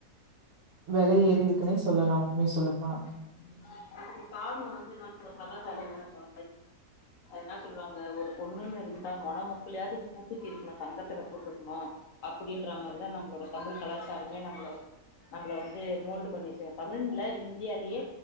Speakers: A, on the right; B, on the left.
A: வெல ஏறிற்குன்னே சொல்லலா உண்மய சொல்ல போனா
B: <unintelligible> அது காரணொ வந்து <unintelligible> என்னா சொல்றாங்க ஒரு பொண்ணுன்னு இருந்தா மொன மூக்குலயாவது மூக்குத்தி இருக்கணு தங்கத்துல போட்ருக்கணு அப்டின்ற மாரிதா நம்மளோட தமிழ் கலாச்சாரமே நம்மள வந்து நம்மள வந்து மோல்டு பண்ணி வச்சாங்க தமிழ்னு இல்ல இந்தியாலயே